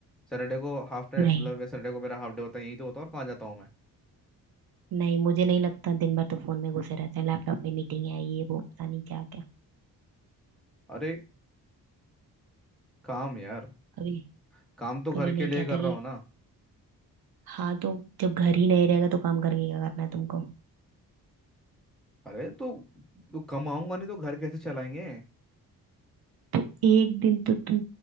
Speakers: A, in the centre; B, on the right.
A: सैटरडे को हाफ डे
B: नहीं
A: मतलब मैं सैटरडे को मेरा हाफ डे होता है यही तो होता है और कहाँ जाता हूँ मैं
B: नहीं मुझे नहीं लगता दिन भर तो फोन में घुसे रहते हैं लैपटॉप पे मीटिंग है ये वो पता नहीं क्या क्या
A: अरे काम यार
B: कभी
A: काम तो
B: कभी
A: घर
B: नहीं
A: के लिए
B: कहते
A: कर
B: कि
A: रहा हूँ ना
B: हाँ तो जब घर ही नहीं रहेगा तो काम करके क्या करना है तुमको
A: अरे तो तो कमाऊंगा नहीं तो घर कैसे चलाएंगे
B: तो एक दिन तो तुम